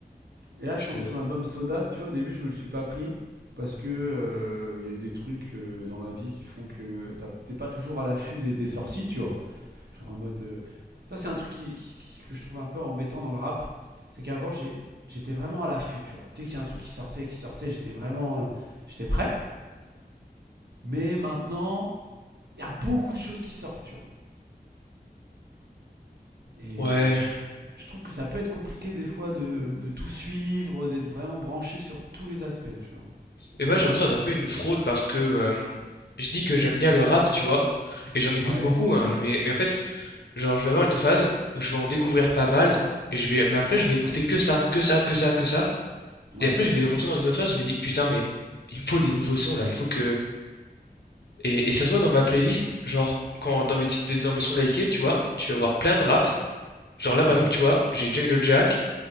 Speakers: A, on the right; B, on the left.
A: Et là,
B: je
A: son,
B: le.
A: son album Soda, tu vois, au début, je me le suis pas pris. Parce que euh, il y a eu des trucs euh, dans ma vie qui font que t'as- t'es pas toujours à l'affût des, des sorties, tu vois. Genre en mode. euh, Ça, c'est un truc qui, qui- qui- que je trouve un peu embêtant dans le rap. C'est qu'avant, j'étais vraiment à l'affût, tu vois. Dès qu'il y a un truc qui sortait, qui sortait, j'étais vraiment. euh, j'étais prêt. Mais maintenant, il y a beaucoup de choses qui sortent, tu vois. Et,
B: Ouais.
A: et je, trou- je trouve que ça peut être compliqué des fois de, de tout suivre, d'être vraiment branché sur tous les aspects, tu vois.
B: Et bah, j'ai l'impression d'être un peu une fraude parce que euh, je dis que j'aime bien le rap, tu vois. Et j'en écoute
A: Ouais,
B: beaucoup, hein. Mais, mais en fait, genre, je vais avoir une phase où je vais en découvrir pas mal. Et je vais... Mais après, je vais écouter que ça, que ça, que ça, que ça.
A: ouais,
B: Et après, je vais retourner dans une autre phase où je me dis, putain, mais il me faut des nouveaux sons là. Il faut que. Et, et ça se voit dans ma playlist, genre, quand dans mes, titres- dans mes sons likés, tu vois, tu vas voir plein de rap. Genre
A: ok.
B: là, par exemple, tu vois, j'ai Jungle Jack,